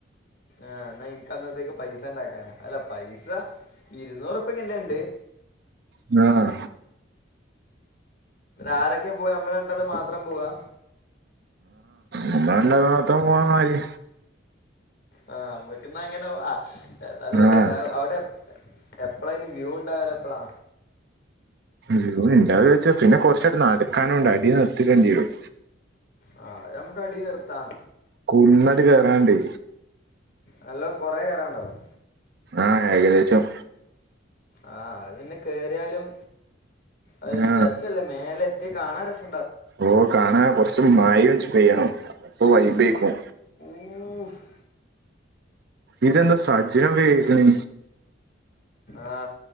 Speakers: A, on the left; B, on the right.
A: ആഹ് ന്നാ ഇൻക്കന്നത്തേക്ക് പൈസണ്ടാക്കാനാ അല്ല പൈസ ഇരുന്നൂറുപ്യക്കെ എന്നെ ഉണ്ട്
B: ങ്ങ്ആഹ്
A: ആരൊക്കെ പോവാ നമ്മൾ രണ്ടാള് മാത്രം പോവാ
B: നമ്മള് രണ്ടാളും മാത്രം പോവാമാരി
A: ആ നമ്മക്കിന്ന അങ്ങനെ പോവാ ഏതായാലും വ
B: ആ
A: അവിടെ എ എപ്പളാ ഇനി വ്യൂ ഉണ്ടാവല് എപ്പളാ
B: വ്യൂ ഇണ്ടാവ വച്ചാ പിന്നെ കുറച്ചേരം നടക്കാനുണ്ട് അടി നിർത്തിട്ടേണ്ടി വരും
A: ആ നമ്മുക്ക് അടി നിർത്താം
B: കുന്നട്ട് കയറാണ്ടേ
A: നല്ലോ കൊറെ കേറണ്ടാവും
B: ആ ഏകദേശം
A: ആ അതിങ്ങനെ കെറിയാലും അത്
B: ആ
A: രസല്ല മേലെ എത്തി കാണാൻ രസ്
B: ഓ കാണാ കൊറച്ചു മായ പെയ്യണം അപ്പൊ വൈബേക്കും
A: യൂഫ്
B: ഇതെന്താ സജനം വെയ്ക്ണ്
A: ആ